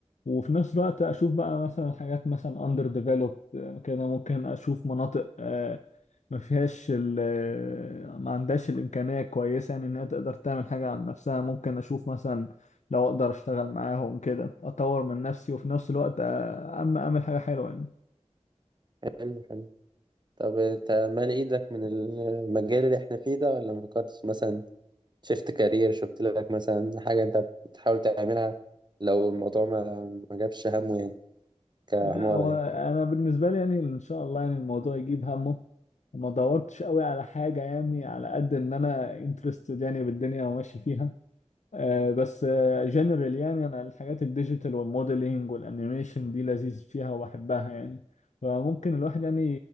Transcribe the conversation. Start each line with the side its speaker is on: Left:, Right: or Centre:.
Left: وفي نفس الوقت اشوف بقى مثلا حاجات مثلا اندر ديفلوبد كده ممكن اشوف مناطق آه، ما فيهاش ال آه، ما عندهاش الإمكانية كويسة يعني إن هي تقدر تعمل حاجة عن نفسها ممكن أشوف مثلا لو أقدر أشتغل معاهم كده أطور من نفسي وفي نفس الوقت أ- أما أعمل حاجة حلوة يعني
Right: حلو حلو طب أنت مالي إيدك من المجال اللي إحنا فيه ده ولا ما فكرتش مثلا شفت كارير شفت لك مثلا حاجة أنت بتحاول تعملها لو الموضوع ما ما جابش همه يعني كعمارة
Left: لا هو
Right: يعني
Left: أنا بالنسبة لي يعني إن شاء الله يعني الموضوع يجيب همه وما دورتش قوي على حاجة يعني على قد إن أنا انترستد يعني بالدنيا وماشي فيها آه، بس جنرال يعني انا الحاجات الديجيتال والموديلينج والانيميشن دي لذيذ فيها وبحبها يعني فممكن الواحد يعني